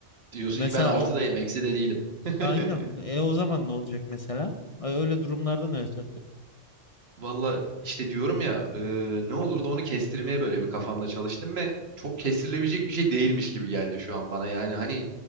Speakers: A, on the right; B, on the left.
A: diyorsun
B: Mesela
A: ki ben artıdayım,
B: o
A: eksi de değilim. <laughs>
B: aynen e o zaman ne olacak mesela? E, Öyle durumlarda ne yaşanacak?
A: Valla işte diyorum ya e, ne olur da onu kestirmeye böyle bir kafamda çalıştım ve çok kestirilebilecek bir şey değilmiş gibi geldi şu an bana. Yani hani